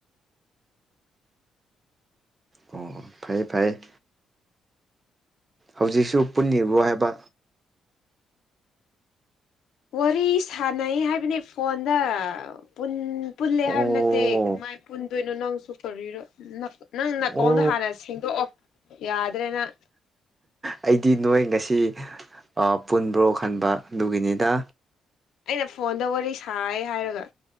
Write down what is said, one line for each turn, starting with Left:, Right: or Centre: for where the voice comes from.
Right: ꯑꯣ ꯐꯩꯌꯦ ꯐꯩꯌꯦ ꯍꯧꯖꯤꯛꯁꯨ ꯄꯨꯟꯅꯤꯕ꯭ꯔꯣ ꯍꯥꯏꯕ
Left: ꯋꯥꯔꯤ ꯁꯥꯟꯅꯩ ꯍꯥꯏꯕꯅꯤ ꯐꯣꯟꯗ ꯄꯨꯟ ꯄꯨꯜꯂꯦ
Right: ꯑꯣ
Left: ꯍꯥꯏꯕ ꯅꯠꯇꯦ ꯀꯃꯥꯏ ꯄꯨꯟꯗꯣꯏꯅꯣ ꯅꯪꯁꯨ ꯀꯧꯔꯤꯔꯣ ꯅꯪ ꯅꯥꯀꯣꯎꯟꯗꯣ
Right: ꯑꯣ
Left: ꯍꯥꯟꯅ ꯁꯦꯡꯗꯣꯛꯑꯣ ꯌꯥꯗ꯭ꯔꯦ ꯅꯪ
Right: ꯑꯩꯗꯤ ꯅꯣꯏ ꯉꯁꯤ ꯑ ꯄꯨꯟꯕ꯭ꯔꯣ ꯈꯟꯕ ꯑꯗꯨꯒꯤꯅꯤꯗ
Left: ꯑꯩꯅ ꯐꯣꯟꯗ ꯋꯥꯔꯤ ꯁꯥꯏ ꯍꯥꯏꯔꯒ